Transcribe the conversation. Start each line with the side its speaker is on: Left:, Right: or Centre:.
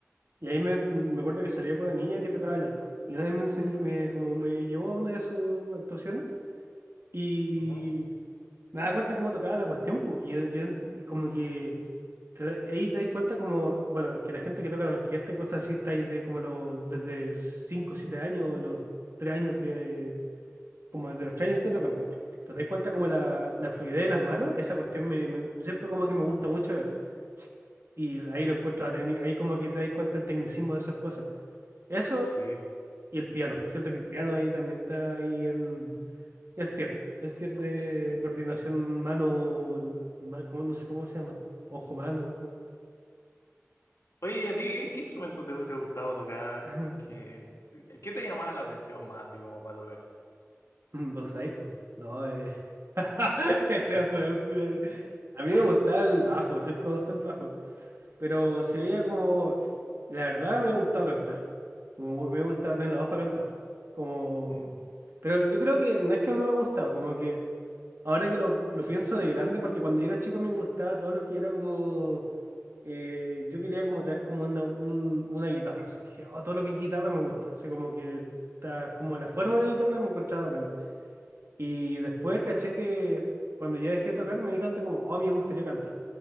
Right: y ahí me, me acuerdo que salía con una niña que tocaba el arpa. Y una vez me enseñó, me, como me llevó a una de sus actuaciones y
Left: Ujú,
Right: me daba cuenta cómo tocaba la cuestión, pues. Y yo, yo ent- y como que te ahí te das cuenta como, bueno, que la gente que toca en orquesta y cosas así está ahí de como los, desde 5 o 7 años, o los 3 años de, como de los traños que tocan, po. Pero te das cuenta como la, la fluidez de las manos, esa cuestión me, me- siempre como que me gusta mucho ver. Y ahí lo encuentro la técnica, ahí como que te das cuenta el tecnicismo de esas cosas. Eso
Left: Sí,
Right: y el piano. Siento que el piano ahí también está ahí en es tier, es tier de
Left: sí.
Right: coordinación mano, ma- ¿cómo- no sé cómo se llama, ojo mano. ¿cómo?
Left: Oye, ¿y a ti qué instrumento te hubiese gustado tocar?
Right: <laughs>
Left: Si es que, ¿qué te llamaba la atención más, así como para tocar?
Right: Vos sabés, po. No, eh. <laughs> Era,
Left: <laughs>
Right: weón, A mí me gustaba el bajo, siempre me gustó el bajo. Pero se veía como, la verdad me ha gustado cantar. Como me gusta tener la voz para cantar. Como,
Left: Mm,
Right: pero yo creo que no es que no me ha gustado, como que ahora que lo, lo pienso de grande, porque cuando yo era chico me gustaba todo lo que era como, eh, yo quería como tener como una, un- una guitarra. Así que oh, todo lo que es guitarra me gusta. Así como que está, como la forma de la guitarra me encontraba acá. Y después caché que cuando ya dejé de tocar me di cuenta como, oh, a mí me gustaría cantar.